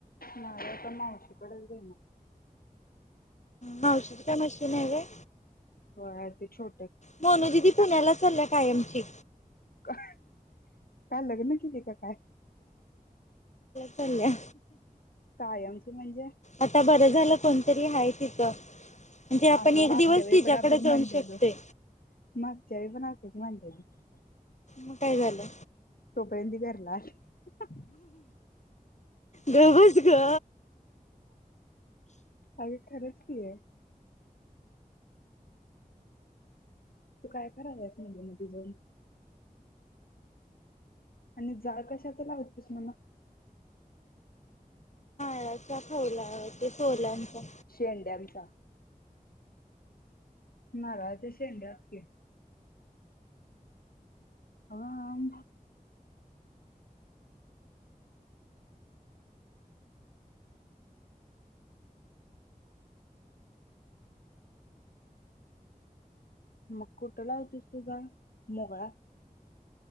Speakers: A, on the left; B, on the left.
A: नाही आता मावशीकडेच देणर.
B: मावशीकडे मशीन हाय व्हय.
A: हो हाय ते छो
B: मोनू दीदी पुण्याला चालल्या कायमची.
A: काय लग्न केली का काय?
B: चल्या.
A: कायमची म्हणजे?
B: आता बरं झालं कोणतरी हाय तिथं. म्हणजे आपण
A: असं
B: एक
A: मागच्या
B: दिवस
A: वेळी
B: तिच्याकड
A: पण आपण
B: जाऊ
A: म्हणलेलो
B: शकतोय.
A: मागच्या वेळी पण असंच म्हणलेलीस.
B: मग काय झालं?
A: तोपर्यंत ते घरला आली. अहं अहं
B: गप्प बस ग.
A: अग खरंच की. तू काय करायलास म्हणलं मदी जाऊन? आणि जाळ कशाच लावतीस मण?
B: <unintelligible> ते सोलांच्या
A: शेंड्याचा. नारळाच्या शेंड्याच की. अ म मग कुठं लावतीस तू जावून मोगळात.